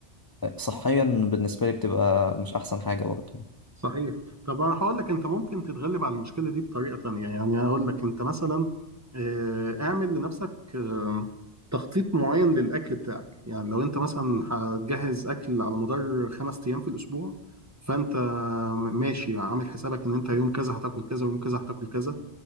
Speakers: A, on the left; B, on the right.
A: فصحيا بالنسبة لي بتبقى مش أحسن حاجة برضه
B: صحيح طب انا هقول لك انت ممكن تتغلب على المشكلة دي بطريقة تانية يعني هقول لك انت مثلا آه، اعمل لنفسك آه، تخطيط معين للاكل بتاعك يعني لو انت مثلا هتجهز اكل على مدار خمس ايام في الاسبوع فانت ماشي عامل حسابك ان انت يوم كذا هتاكل كذا ويوم كذا هتاكل كذا